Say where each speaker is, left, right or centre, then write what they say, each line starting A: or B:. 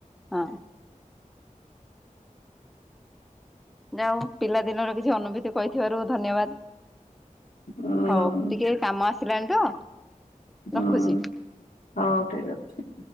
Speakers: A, in the centre; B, on the left.
A: ହଁ। ଯା ହଉ ପିଲା ଦିନର କିଛି ଅନୁଭୂତି କହିଥିବାରୁ, ଧନ୍ୟବାଦ
B: ହୁଁ
A: ହଉ ଟିକେ। କାମ ଆସିଲାଣି ତ।
B: ହୁଁ,
A: ରଖୁଛି।
B: ହଉ ଠିକ ଅଛି।